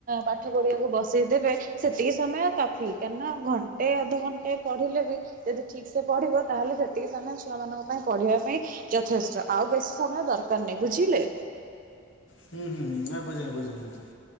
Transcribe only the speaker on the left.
ହୁଁ ହୁଁ ବୁଝିଲି ବୁଝିଲି ବୁଝିଲି।